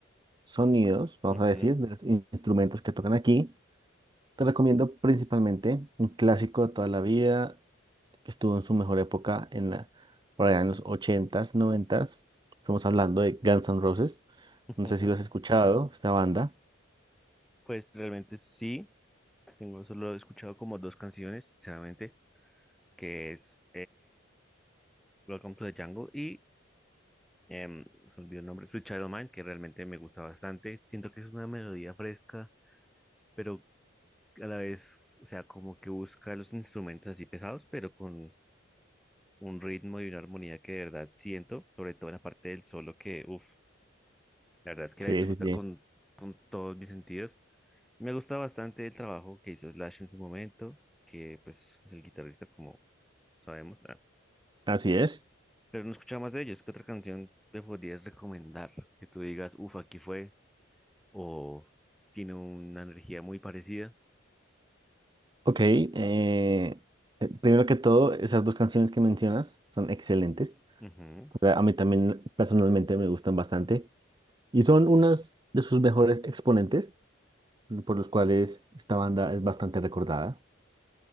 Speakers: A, on the right (about 20°); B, in the centre.
A: sonidos, vamos
B: Ujú,
A: a decir, de los in- instrumentos que tocan aquí, te recomiendo principalmente un clásico de toda la vida que estuvo en su mejor época en la, por allá en los ochentas, noventas. Estamos hablando de Guns N' Roses.
B: ujú.
A: No sé si lo has escuchado, esta banda.
B: Pues realmente sí, tengo solo he escuchado como dos canciones, sinceramente, que es Welcome to the Jungle y em, se me olvidó el nombre, Sweet Child O' Mine, que realmente me gusta bastante. Siento que es una melodía fresca, pero a la vez, o sea, como que busca los instrumentos así pesados, pero con un ritmo y una armonía que de verdad siento, sobre todo en la parte del solo, que uff, la verdad es que
A: Sí,
B: la disfruta
A: sí, sí.
B: con, con todos mis sentidos. Me gusta bastante el trabajo que hizo Slash en su momento, que pues es el guitarrista, como sabemos. ah,
A: Así es.
B: Pero no escuchaba más de ellos. ¿Qué otra canción te podrías recomendar? Que tú digas, uff, aquí fue. O tiene una energía muy parecida.
A: Ok. eh, eh, primero que todo, esas dos canciones que mencionas son excelentes.
B: Ujú.
A: O sea, a mí también personalmente me gustan bastante. Y son unas de sus mejores exponentes, por los cuales esta banda es bastante recordada.